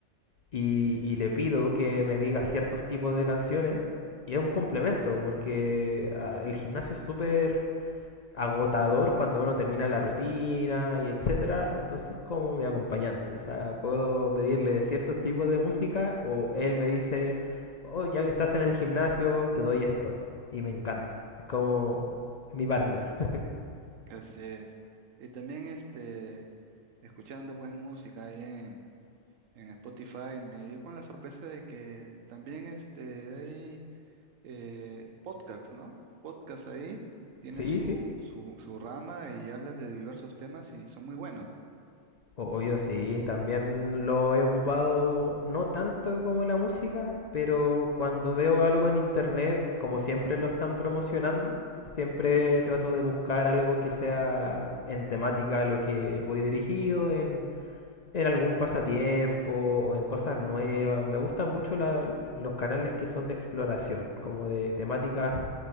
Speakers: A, on the left (about 55°); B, on the right (about 90°).
A: y, y le pido que me diga ciertos tipos de canciones y es un complemento porque ah, el gimnasio es súper agotador cuando uno termina la rutina y etcétera, entonces como mi acompañante, o sea, puedo pedirle de ciertos tipos de música o él me dice, oh, ya que estás en el gimnasio, te doy esto y me encanta, es como mi partner. <laughs>
B: Así es. Y también este, escuchando pues música ahí en, en Spotify, me di con la sorpresa de que también este, hay eh, podcasts, ¿no? Podcasts ahí tienen
A: Sí,
B: su,
A: sí.
B: su, su rama y hablan de diversos temas y son muy buenos.
A: Obvio, sí, también lo he ocupado, no tanto como la música, pero cuando veo algo en internet, como siempre lo están promocionando, siempre trato de buscar algo que sea en temática a lo que voy dirigido, en, en algún pasatiempo o en cosas nuevas. Me gustan mucho la- los canales que son de exploración, como de temáticas